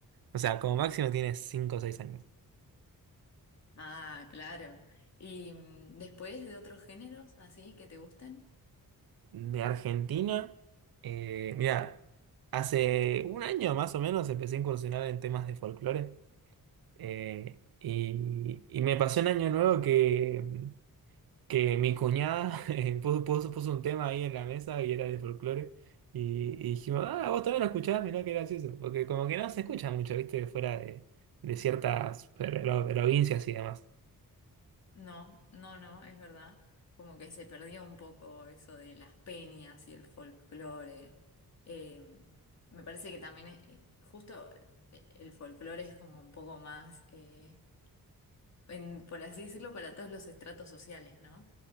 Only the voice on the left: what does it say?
Ah, claro. ¿Y mm, después de otros géneros así que te gusten?
No, no, no, es verdad. Como que se perdió un poco eso de las peñas y el folclore. Eh, me parece que también, eh, justo eh, el folclore es como un poco más, eh, en- por así decirlo, para todos los estratos sociales, ¿no?